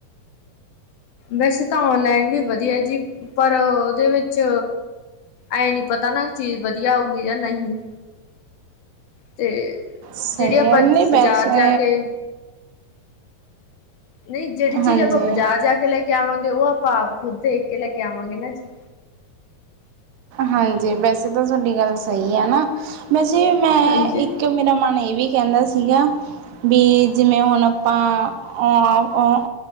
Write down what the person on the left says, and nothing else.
ਵੈਸੇ, ਤਾਂ ਔਨਲਾਈਨ ਵੀ ਵਧੀਆ ਜੀ, ਪਰ ਉਹਦੇ ਵਿੱਚ ਐਂ ਨੀ ਪਤਾ, ਨਾ ਚੀਜ਼ ਵਧੀਆ ਹੋਊਗੀ। ਜਾਂ ਨਹੀਂ ਤੇ
ਜਿਹੜੀ ਆਪਾਂ
ਬਾਜ਼ਾਰ
ਜਾ ਕੇ ਨਹੀਂ ਜਿਹੜੀ ਚੀਜ਼,
ਆਪਾਂ ਬਾਜ਼ਾਰ ਜਾ ਕੇ ਲੈ ਕੇ ਕੇ ਆਵਾਂਗੇ। ਉਹ ਆਪਾਂ ਆਪ ਖੁੱਦ ਦੇਖ ਕੇ ਲੈ ਕੇ ਆਵਾਂਗੇ ਨਾ ਜੀ
ਹਾਂਜੀ।